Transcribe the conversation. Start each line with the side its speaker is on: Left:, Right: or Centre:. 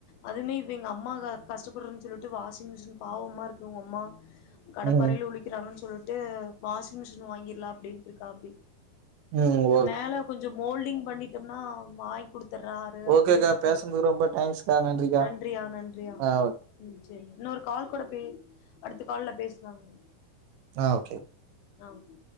Left: அதுவுமே இப்ப <unintelligible> எங்க அம்மா கஷ்டப்படுறன்னு சொல்லிட்டு வாஷிங் மிஷின் பாவமா இருக்கு உங்க அம்மா கடப்பறையில
Right: ம்.
Left: உழிக்கிறாங்கன்னு சொல்லிட்டு வாஷிங் மிஷின் வாங்கிடலாம் அப்படின்னுட்டு இருக்கா அப்டி
Right: ம் ஓ
Left: மேல கொஞ்சம் மோல்டிங் பண்ணிட்டோம்னா வாங்க் குடுத்துடுறாரு அப்படின்னு
Right: ஓகேக்கா
Left: இருக்காரு
Right: பேசுனதுக்கு ரொம்ப தேங்க்ஸ்க்கா நன்றிக்கா
Left: நன்றியா நன்றியா
Right: ஆ ஓகே
Left: ம் சரி இன்னொரு கால் கூட போயி அடுத்த கால்ல பேசுலாங்க
Right: ஆ ஓகே
Left: ஆ ஓகே